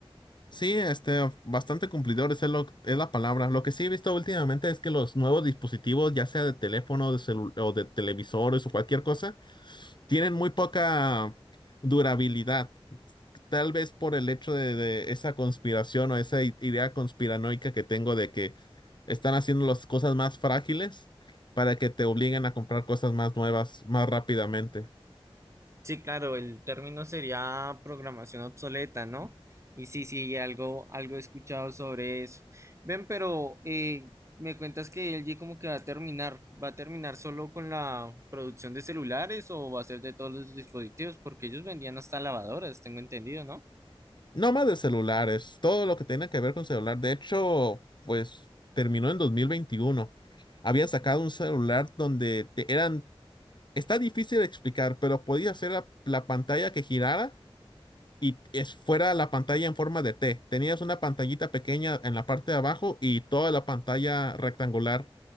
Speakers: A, on the left; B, on the right.
A: Sí, este, bastante cumplidor es, lo, es la palabra. Lo que sí he visto últimamente es que los nuevos dispositivos, ya sea de teléfono, de celu- o de televisores o cualquier cosa, tienen muy poca durabilidad. Tal vez por el hecho de, de esa conspiración o esa i- idea conspiranoica que tengo de que están haciendo las cosas más frágiles para que te obliguen a comprar cosas más nuevas más rápidamente.
B: Sí, claro, el término sería programación obsoleta, ¿no? Y sí, sí, algo, algo he escuchado sobre eso. Ven, pero eh, me cuentas que LG como que va a terminar, ¿va a terminar solo con la producción de celulares o va a ser de todos los dispositivos? Porque ellos vendían hasta lavadoras, tengo entendido, ¿no?
A: No más de celulares, todo lo que tenga que ver con celular. De hecho, pues terminó en 2021. Había sacado un celular donde te- eran... Está difícil de explicar, pero podía hacer la, la pantalla que girara y es fuera la pantalla en forma de T. Tenías una pantallita pequeña en la parte de abajo y toda la pantalla rectangular